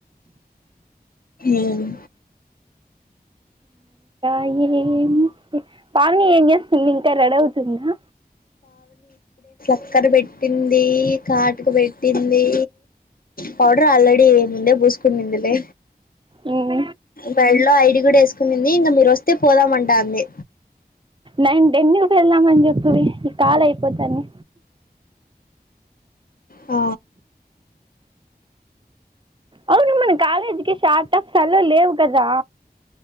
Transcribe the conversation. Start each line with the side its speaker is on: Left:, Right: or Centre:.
Left: ఉమ్
Right: <unintelligible> పారూ ఏం చేస్తుంది ఇంకా రెడీ అవుతుందా
Left: స్టికర్ పెట్టింది కాటుక పెట్టింది పౌడర్ ఆల్రెడీ ముందే పూసుకుని ఉందిలే
Right: ఇంక
Left: మెడలో ఐడి కూడా వేసుకునింది ఇంకా మీరు వస్తే పోదామంటాది
Right: నైన్ టెన్ కి వెళ్దామని చెప్పింది ఈ కాలు అయిపోతానే
Left: ఆ
Right: అవును మన కాలేజీకి షార్ట్ అఫ్స్లో లేవు కదా